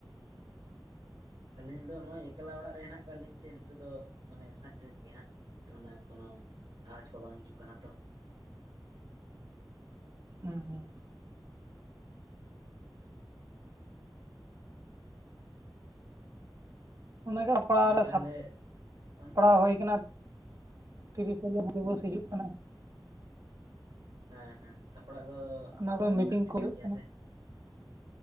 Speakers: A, on the right; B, on the right.
A: ᱟᱹᱞᱤᱧ ᱫᱚ ᱱᱚᱜᱼᱚᱭ ᱮᱠᱞᱟ ᱚᱲᱟᱜ ᱨᱮ ᱦᱮᱱᱟᱜ ᱠᱟᱜ ᱞᱤᱧ ᱛᱮ ᱱᱤᱛᱚᱜ ᱫᱚ ᱢᱟᱱᱮ ᱥᱟᱸᱡ ᱥᱟᱺᱦᱤᱡ ᱜᱮ ᱦᱟᱸᱜ᱾ ᱚᱱᱟ ᱠᱚᱱᱚ ᱟᱣᱟᱡᱽ ᱠᱚ ᱵᱟᱝ ᱦᱤᱡᱩᱜ ᱠᱟᱱᱟ ᱛᱚ᱾
B: ᱦᱩᱸ ᱦᱩᱸ᱾ ᱚᱱᱟᱜᱮ ᱦᱟᱯᱲᱟᱣ
A: ᱟᱨ
B: ᱨᱮ
A: ᱛᱟᱦᱚᱞᱮ
B: ᱥᱟᱯ-ᱯᱲᱟᱣ
A: ᱦᱮᱸ
B: ᱦᱳᱭ ᱠᱟᱱᱟ᱾ ᱛᱤᱨᱤᱥᱟ <unintelligible> ᱫᱤᱵᱚᱥ ᱦᱤᱡᱩᱜ ᱠᱟᱱᱟ᱾
A: ᱦᱮᱸ ᱦᱮᱸ᱾ ᱥᱟᱯᱲᱟᱜ ᱫᱚ
B: ᱚᱱᱟ
A: ᱥᱟᱯᱲᱟᱜ
B: ᱠᱚ
A: ᱢᱟ
B: ᱢᱤᱴᱤᱝ
A: ᱞᱟᱹᱠᱛᱤ
B: ᱠᱚ
A: ᱠᱟᱱ
B: ᱦᱩᱭᱩᱜ
A: ᱜᱮᱭᱟ
B: ᱠᱟᱱᱟ
A: ᱥᱮ᱾